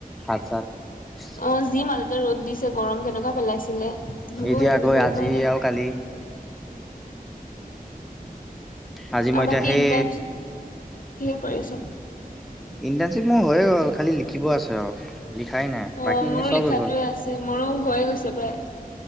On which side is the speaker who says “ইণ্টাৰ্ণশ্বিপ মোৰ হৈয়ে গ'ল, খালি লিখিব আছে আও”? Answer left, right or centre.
Centre